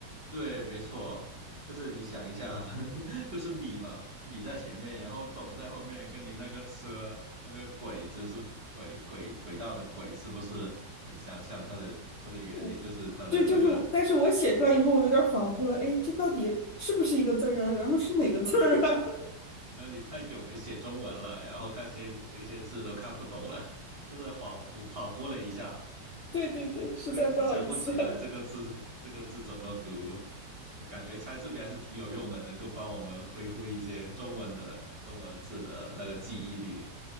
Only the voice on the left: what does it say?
我对，就是，但是我写出来以后，我有点恍惚了，哎，这到底是不是一个字儿啊？然后是哪个字儿啊？
<laughs> 对对对，实在不好意思。
<laughs>